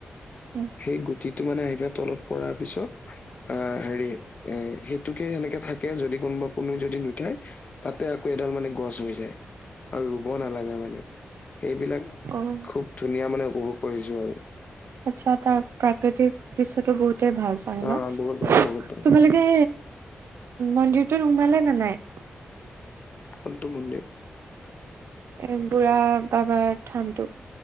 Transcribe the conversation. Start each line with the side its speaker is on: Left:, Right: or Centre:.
Right: উম।
Left: সেই গুটিটো মানে আহি পেলে তলত পৰাৰ পিছত অহ হেৰি এ সেইটোকে সেনেকে থাকে যদি কোনোবা কোনো যদি নুথাই তাতে আকৌ এডাল মানে গছ হৈ যায় আৰু ৰুব নালাগে মানে সেইবিলাক
Right: অহ
Left: খুব ধুনীয়া মানে উপভোগ কৰিছো আৰু
Right: আচ্ছা তাৰ প্ৰাকৃতিক দৃশ্যটো বহুতেই ভাল চাগে
Left: অ
Right: ন
Left: বহুত ভাল বহুত ভাল
Right: তো যে মন্দিৰটোত সোমালে নে নাই
Left: কোনটো মন্দিৰ
Right: এ বুঢ়া বাবাৰ থানটো